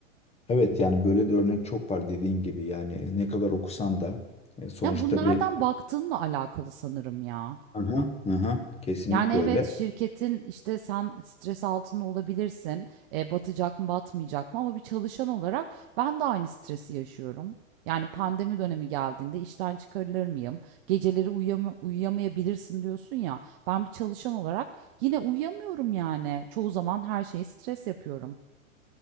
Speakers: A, on the left; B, on the right.
A: Evet yani böyle de örnek çok var dediğin gibi. Yani e, ne kadar okusan da e, sonuçta
B: Yani bu nereden
A: bir...
B: baktığınla alakalı sanırım ya.
A: Aha, aha, kesinlikle
B: Yani evet
A: öyle.
B: şirketin işte sen stres altında olabilirsin. E, batacak mı batmayacak mı ama bir çalışan olarak ben de aynı stresi yaşıyorum. Yani pandemi dönemi geldiğinde işten çıkarılır mıyım? Geceleri uyuyama- uyuyamayabilirsin diyorsun ya. Ben bir çalışan olarak yine uyuyamıyorum yani. Çoğu zaman her şeyi stres yapıyorum.